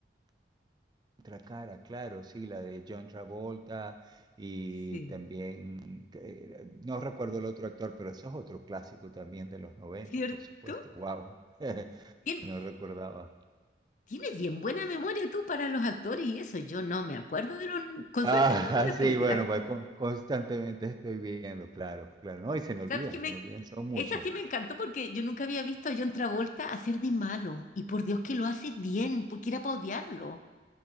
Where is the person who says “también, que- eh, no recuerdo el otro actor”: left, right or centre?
Right